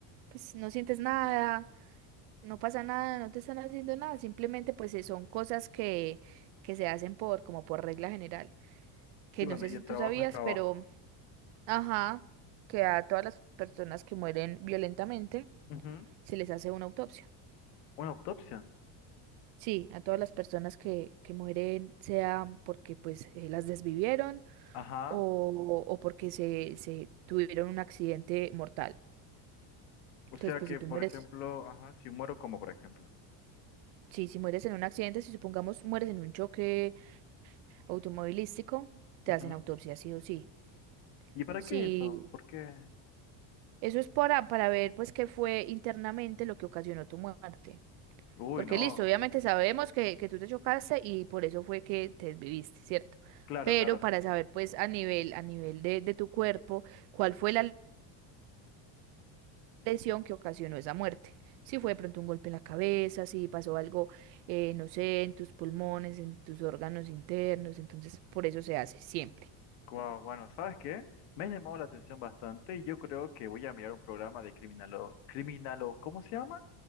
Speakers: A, on the right; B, on the left.
A: pues no sientes nada, no pasa nada, no te están haciendo nada, simplemente pues eh, son cosas que, que se hacen por, como por regla general, que
B: Y bueno,
A: no sé
B: y
A: si
B: el
A: tú
B: trabajo
A: sabías,
B: es trabajo.
A: pero, ajá, que a todas las personas que mueren violentamente
B: Ujú.
A: se les hace una autopsia.
B: Una autopsia.
A: Sí, a todas las personas que, que mueren, sea porque pues eh, las desvivieron
B: Ajá.
A: o, o porque se, se tuvieron un accidente mortal. Entonces,
B: O sea
A: pues
B: que,
A: si tú
B: por
A: mueres,
B: ejemplo, ajá, si muero como, por ejemplo.
A: sí, si mueres en un accidente, si supongamos mueres en un choque automovilístico, te
B: Ujú.
A: hacen autopsia, sí o sí.
B: ¿Y para
A: Sí,
B: qué eso? ¿Por qué?
A: eso es para, para ver pues qué fue internamente lo que ocasionó tu muerte.
B: Uy,
A: Porque
B: no.
A: listo, obviamente sabemos que, que tú te chocaste y por eso fue que te desviviste, ¿cierto?
B: Claro,
A: Pero
B: claro.
A: para saber pues a nivel, a nivel de, de tu cuerpo, cuál fue la lesión que ocasionó esa muerte. Si fue de pronto un golpe en la cabeza, si pasó algo, eh, no sé, en tus pulmones, en tus órganos internos, entonces por eso se hace siempre.
B: Guau, Bueno, ¿sabes qué? Me ha llamado la atención bastante y yo creo que voy a mirar un programa de criminalo, criminalo, ¿cómo se llama?